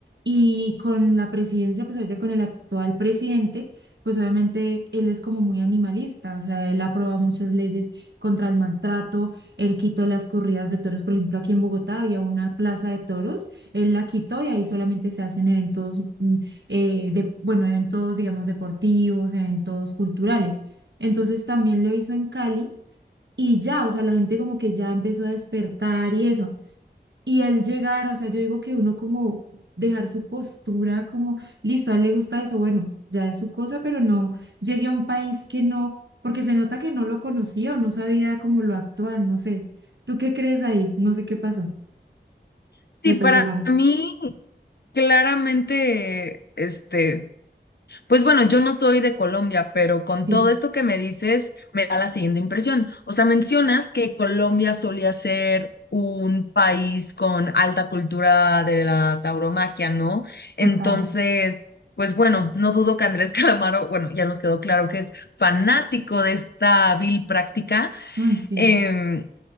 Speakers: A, on the right; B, on the left.
A: Y con la presidencia, pues ahorita con el actual presidente, pues obviamente él es como muy animalista, o sea, él aprueba muchas leyes contra el maltrato, él quitó las corridas de toros, por ejemplo, aquí en Bogotá había una plaza de toros él la quitó y ahí solamente se hacen eventos, mm, eh, de, bueno, eventos, digamos, deportivos, eventos culturales. Entonces también lo hizo en Cali y ya, o sea, la gente como que ya empezó a despertar y eso. Y él llegar, o sea, yo digo que uno como dejar su postura como, listo, a él le gusta eso, bueno, ya es su cosa, pero no llegué a un país que no, porque se nota que no lo conocía o no sabía como lo actual, no sé. ¿Tú qué crees ahí? No sé qué pasó.
B: Sí,
A: Me pareció
B: para
A: raro.
B: mí claramente, este, Pues bueno, yo no soy de Colombia, pero con
A: Sí,
B: todo esto que me dices, me da la siguiente impresión. O sea, mencionas que Colombia solía ser un país con alta cultura de la tauromaquia, ¿no? Entonces,
A: total.
B: pues bueno, no dudo que Andrés <laughs> Calamaro, bueno, ya nos quedó claro que es fanático de esta vil práctica.
A: Uy, sí,
B: em,